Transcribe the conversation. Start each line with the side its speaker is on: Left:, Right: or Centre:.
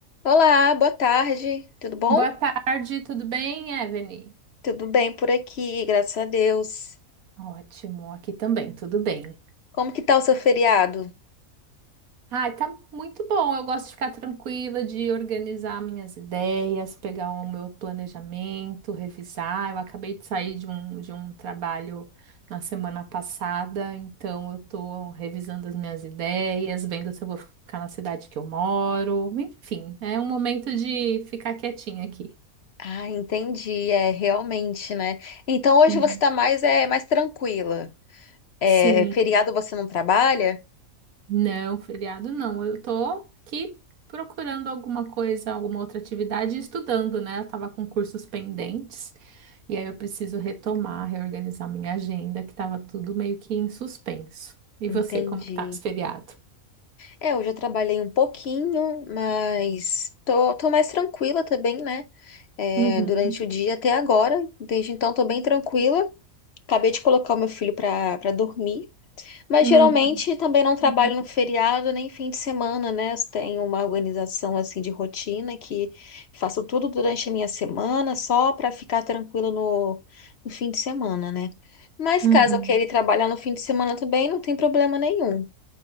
Left: Olá, boa tarde. Tudo bom?
Right: Boa tarde, tudo bem, Evelyn?
Left: Tudo bem por aqui, graças a Deus.
Right: Ótimo, aqui também, tudo bem.
Left: Como que tá o seu feriado?
Right: Ai, tá muito bom. Eu gosto de ficar tranquila, de organizar minhas ideias, pegar o meu planejamento, revisar. Eu acabei de sair de um, de um trabalho na semana passada, então eu tô revisando as minhas ideias, vendo se eu vou ficar na cidade que eu moro. Enfim, é um momento de ficar quietinha aqui.
Left: Ah, entendi, é realmente, né? Então hoje
Right: Uhum.
Left: você tá mais é mais tranquila. É,
Right: Sim.
Left: feriado você não trabalha?
Right: Não, feriado não. Eu tô aqui procurando alguma coisa, alguma outra atividade e estudando, né? Eu tava com cursos pendentes e aí eu preciso retomar, reorganizar minha agenda, que tava tudo meio que em suspenso. E
Left: Entendi.
Right: você, como que tá esse feriado?
Left: É, hoje eu trabalhei um pouquinho, mas tô, tô mais tranquila também, né? É,
Right: Uhum.
Left: durante o dia até agora. Desde então tô bem tranquila. Acabei de colocar o meu filho pra, pra dormir. Mas
Right: Uhum.
Left: geralmente também não trabalho
Right: Uhum.
Left: no feriado nem fim de semana, né? Tenho uma organização assim de rotina que faço tudo durante a minha semana só para ficar tranquila no, no fim de semana, né? Mas
Right: Uhum.
Left: caso eu queira ir trabalhar no fim de semana também, não tem problema nenhum,